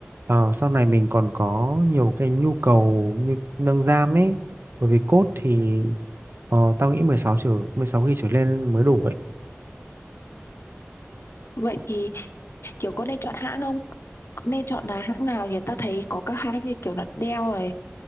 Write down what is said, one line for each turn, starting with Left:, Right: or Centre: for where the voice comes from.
Right: ờ, sau này mình còn có nhiều cái nhu cầu như nâng RAM ấy. Bởi vì cốt thì ờ, tao nghĩ 16 trở 16GB trở lên mới đủ ấy.
Left: Vậy thì, kiểu, có nên chọn hãng không? Nên chọn là hãng nào nhỉ? Tao thấy có các hãng như kiểu là Dell này,